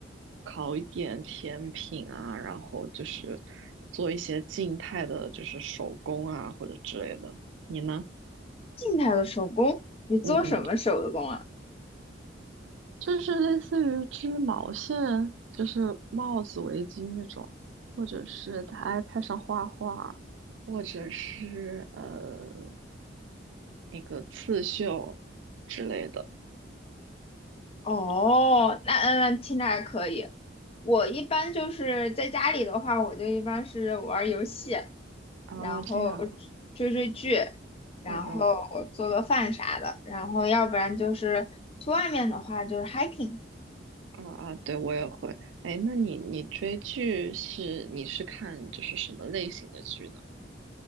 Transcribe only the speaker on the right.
烤一点甜品啊，然后就是做一些静态的，就是手工啊或者之类的。你呢？
嗯嗯。就是类似于织毛线，就是帽子、围巾那种，或者是在 iPad 上画画，或者是呃那个刺绣之类的
啊，
这样，
嗯嗯
啊啊，对我也会。哎，那你你追剧是你是看就是什么类型的剧呢？